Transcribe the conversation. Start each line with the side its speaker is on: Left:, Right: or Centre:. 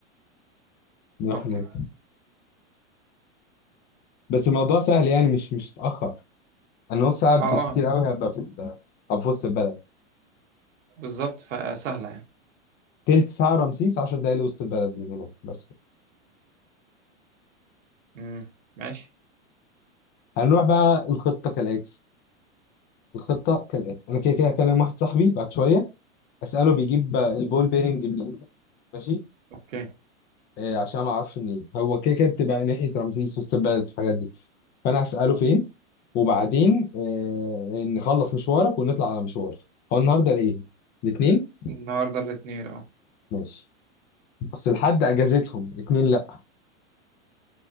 Left: نروح
Right: اوكي
Left: ن... بس الموضوع سهل يعني مش مش اتأخر انا نص ساعة بالكتير
Right: اه اه
Left: قوي هبقى في ال... هبقى في وسط البلد
Right: بالظبط فسهلة يعني
Left: تلت ساعة رمسيس 10 دقايق لوسط البلد من هناك بس
Right: امم ماشي
Left: هنروح بقى الخطة كالآتي الخطه كالاتي انا كده كده هكلم واحد صاحبي بعد شويه اساله بيجيب البول بيرنج منين ماشي
Right: اوكي
Left: آه عشان ما اعرفش منين هو كده كده بتبقى ناحيه رمسيس وسط البلد الحاجات دي فانا هساله فين وبعدين آه نخلص مشوارك ونطلع على مشوار هو النهارده الايه الاثنين
Right: النهاردة الاثنين اه
Left: ماشي اصل الحد اجازتهم الاثنين لا